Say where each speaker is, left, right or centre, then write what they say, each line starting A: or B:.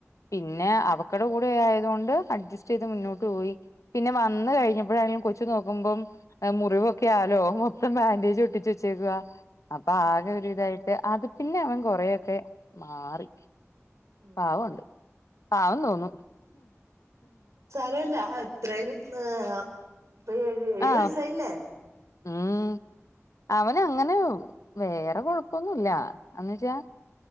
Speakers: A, on the left (about 85°); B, on the right (about 75°).
A: പിന്നെ
B: ഉം
A: അവക്കടെ കൂടെ ആയതൊണ്ട് അഡ്ജസ്റ്റ് ചെയ്ത് മുന്നോട്ട് പോയി പിന്നെ വന്ന് കഴിഞ്ഞപ്പോഴാണങ്കിലും കൊച്ചു നോക്കുമ്പോം മുറിവൊക്കെയ ആലോ മൊത്തം ബാൻഡേജ് ഒട്ടിച്ച് വച്ചേക്ക അപ്പൊ
B: ഉം
A: ആകെ ഒരു ഇതായിട്ട് അത് പിന്നെ അവൻ കൊറെ യോക്കെ മാറി
B: ഉം
A: പാവം ഉണ്ട് പാവം തോന്നു
B: അല്ല ഇത്രയും ഏഹ് ഇപ്പ ഏഴു ഏഴു
A: ആഹ്
B: വയസായില്ലേ
A: ഉം അവന് അങ്ങനെ വേറെ കൊഴപ്പൊന്നുല്ല എന്നച്ചാ